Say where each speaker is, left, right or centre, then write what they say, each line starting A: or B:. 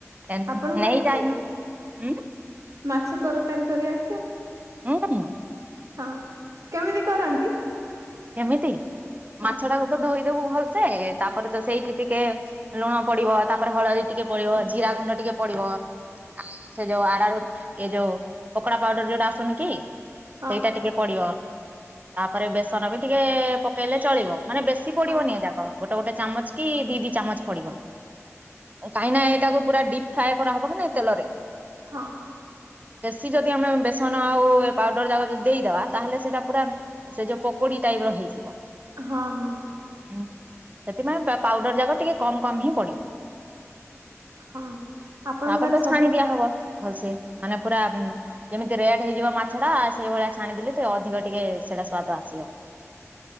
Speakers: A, on the right; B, on the right.
A: କେନୁ
B: ଆପଣଙ୍କୁ
A: ନେଇ
B: ଆସେ
A: ଯାଇନୁ ହୁଁ ଉଁ।
B: ମାଛ ତରକାରୀ କରି ଆସେ?
A: ହୁଁ- ମ୍ ଉଁ।
B: ହଁ କେମିତି କରନ୍ତି?
A: କେମିତି
B: ହଁ
A: ମାଛଟାକୁ ତ ଧୋଇ ଦେବୁ ଭଲସେ ତାପରେ ତ ସେଇଠି ଟିକେ ଲୁଣ ପଡ଼ିବ ତାପରେ ହଳଦୀ ଟିକେ ପଡ଼ିବ ଜିରା ଗୁଣ୍ଡ ଟି ଟିକେ ପଡ଼ିବ ସେ ଯୋଉ ଆରରୁଟ୍ ଏ ଯୋଉ ପକୋଡ଼ା ପାଉଡ଼ର୍ ଯୋଉଟା ଆସୁନି କି
B: ହଁ
A: ସେଇଟା ଟିକେ ପଡ଼ିବ ତାପରେ ବେସନ ବି ଟିକେ- ପକେଇଲେ ଚଳିବ। ମାନେ ବେଶୀ ପଡ଼ିବନି
B: ହଁ
A: ଏ ଯାକ ଗୋଟେ ଗୋଟେ ଚାମଚ କି ଦି ଦି ଚାମଚ ପଡ଼ିବ। କାହିଁକି ନା- ଏଇଟାକୁ ପୁରା ଡିପ୍ ଫ୍ରାଏ କରାହବ କି ନାଇଁ ତେଲରେ।
B: ହଁ।
A: ବେଶୀ ଯଦି ଆମେ ବେସନ ଆଉ ଏ ପାଉଡ଼ର୍ ଯାକ ଯଦି ଦେଇଦବା ତାହେଲେ ସେଇଟା ପୁରା ସେ ଯୋଉ ପକ୍ କୋଡିଏ ଟାଇପ୍ ର ହେଇଯିବ।
B: ହଁ ହଁ।
A: ହୁଁ ସେଥିପାଇଁ ପାଉଡ଼ର ଯାକ ଟିକେ କମ୍ କମ୍ ହିଁ ପଡ଼ିବ।
B: ହଁ ଆପଣଙ୍କୁ
A: ତାପରେ
B: ତାହେଲେ
A: ତ
B: ସବୁ
A: ଛାଣି ଦିଆ ହବ ଭଲସେ। ମାନେ ପୁରା ଯେମିତି ରେଡ୍ ହେଇଯିବ ମାଛ ଟା ସେଇଭଳିଆ ଛାଣିଦେଲି ଟିକେ ଅଧିକ ଟିକେ ସେଇଟା ସ୍ଵାଦ ଆସିବ।